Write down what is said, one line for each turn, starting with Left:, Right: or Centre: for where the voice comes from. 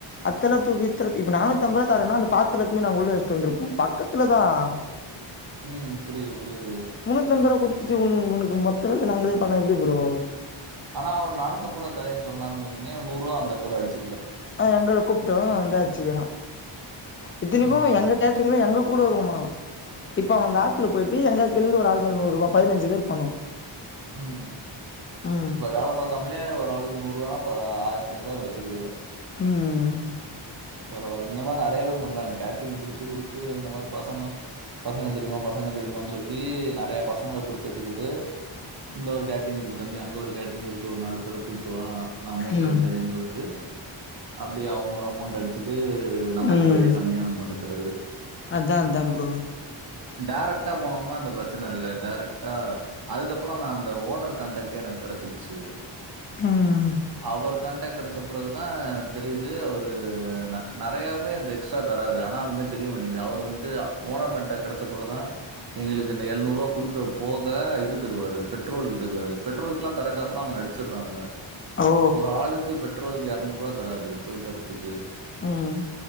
Left: அத்தல தூக் இத்துல இப்ப நாநூத்தி அம்பது ரூபா தரணா அந்த பாத்தரத்திலே நா உள்ள வச்ட்டு வந்துருப்போ பக்கத்துல தா <unintelligible>
Right: உம் புரிது புரிது
Left: முன்னூத் அம்பது ரூபா குத்துட்டு உன் உனக்கு மொத்த வேலய நாங்களே பண்ணா எப்டி ப்ரோ
Right: ஆனா அவரு நானூத் அம்பது ரூபா தரேன்னு சொன்னார்னு சொன்னிங்க நூருவா அந்த அவர் அடிச்
Left: ஆ எங்கள கூப்ட்டோ அந்து அச்சிக்கிறா இத்தினிக்கூ
Right: ம்,
Left: எங்க தேட்ருமே எங்க கூட வருவோமா இப்ப அவ வந்து ஆப்க்குல போயிட்டு எங்கள் எழ்ந்து ஒரு ஆள்மேல் நூறுபா பதினஞ்சி பேர் போணோ
Right: உம்
Left: ம்
Right: வேல பாக்காம்லே ஒரு ஆளுக்கு நூறுவானா பா ஆயிரத்திஐனூருபா கெடச்சிருது
Left: உம்
Right: பரவா இந்த மாரி நறைய பேரு பண்றாங் கேட்ரிங் புடிச்சிக் குடுத்து இந்த மாரி பசங்க ஸ் பசங்க தெரியுமா பசங்க தெரியுமான் ஜொல்லி நெறைய பசங்கள புடுச்சுவச்சுக்குட்டு இந்த ஒரு கேட்ரிங் இருக்கு தம்பி அங்க ஒரு கேட்ரிங் இருக்கு ஒரு நால் பேர கூட் துவா நா அமௌன்ட்
Left: ம்
Right: வாய்ன்ட் வரேன் சொல்ட்டு அப்டியே அவங்க ஒரு அமௌன்ட் அடிச்சிட்டு நமக்கு
Left: ம்
Right: அப்டே கம்மியான அமௌண்ட்ட தரது
Left: அதா அதா ப்ரோ
Right: டைரெக்டா போனோம்னா இந்த ப்ரச்சன இருக்காது டைரக்டா அதுக்கப்பறோ நா அந்த ஓனர் கான்டாக்ட்டே எனக் கெடச்சிடுச்சு
Left: ம்
Right: அவர் காண்டக் கெடச்ச பிறகுதா அ தெரியுது அவரு உ அ நறையாவே அது எக்ஸ்ட்ரா தராரு ஆனா அதுமேத் தெரிய மாட்டேங்குது அவர் வன்ட்டுஆ ஓனர் கன்ட்ட கெடச்சப்றோதா எங்களுக்கு இந்த எழ்நூரூபா குடுக்ற போக இது தருவாரு பெட்ரோலுக்கு தருவாரு பெ்ரோல்க்லா தர காஸ்லா அவங்க அடிச்சிட்றானுங்க
Left: ஓ
Right: ஒரு ஆளுக்கு பெட்ரோலுக்கு யர்நூருபா தராரு போய்ட்டு வரத்துக்
Left: உம்